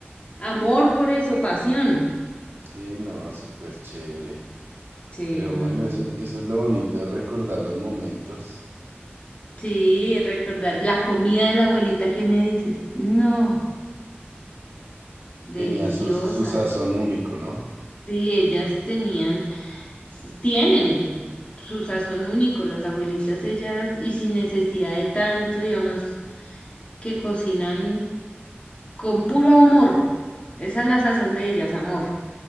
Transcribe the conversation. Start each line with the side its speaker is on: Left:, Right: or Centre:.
Left: amor por eso, pasión.
Right: Sí, no, súper chévere.
Left: Sí,
Right: Pero
Left: no,
Right: bueno,
Left: muy bonito.
Right: eso, eso es lo bonito de recordar los momentos.
Left: Sí, recordar la comida de la abuelita ¿Qué me dices. No, deliciosa.
Right: Tenía su, su sazón único, ¿no?
Left: Sí, ellas tenían, s- tienen su sazón único, las abuelitas ellas, y sin necesidad de tanto, digamos, que cocinan con puro amor. Esa es la sazón de ellas, amor.